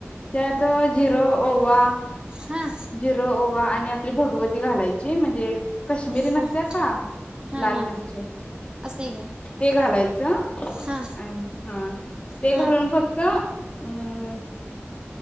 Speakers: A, on the left (about 30°); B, on the right (about 20°).
A: त्यात जीरं, ओवा
B: हा.
A: जिरं ओवा आणि आपली भगवती घालायची म्हणजे कश्मिरी नसत्या
B: हा
A: का
B: हा
A: लाल
B: हा
A: मिरची.
B: असं आहे का
A: ते घालायचं
B: हा
A: आणि हा ते
B: हा
A: घालून फक्त हम्म.